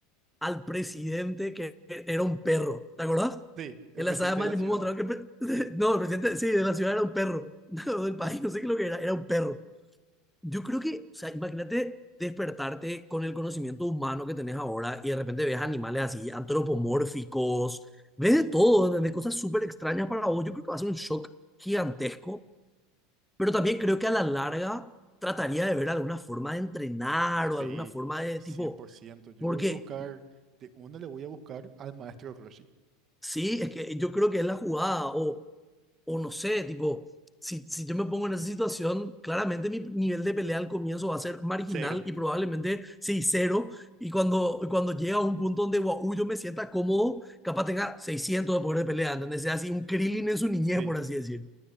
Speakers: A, in the centre; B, on the right (about 35°).
A: al presidente que era un perro. ¿Te acordás?
B: sí, el
A: En
B: presidente
A: la saga de Majimú
B: de la ciudad.
A: mostraron que el
B: Sí.
A: <laughs> no, el presidente, sí, de la ciudad era un perro. <laughs> No, del país, no sé qué lo que era, era un perro. Yo creo que, o sea, imagínate despertarte con el conocimiento humano que tenés ahora y de repente ves animales así antropomórficos, ves de todo, ¿entendés? Cosas súper extrañas para vos. Yo creo que va a ser un shock gigantesco, pero también creo que a la larga trataría de ver alguna forma de entrenar
B: Sí,
A: o alguna forma de
B: cien
A: tipo,
B: por ciento. Yo
A: porque
B: le voy a buscar, de una le voy a buscar al maestro Roshi.
A: Sí, es que yo creo que es la jugada, o, o no sé, tipo, si, si yo me pongo en esa situación, claramente mi nivel de pelea al comienzo va a ser marginal
B: Cero,
A: y probablemente seis cero, y cuando, y cuando llega a un punto donde guau, uy, yo me sienta cómodo, capaz tenga 600 de poder de pelea, ¿entendés? Sea así un Krillin en su niñez,
B: sí.
A: por así decir.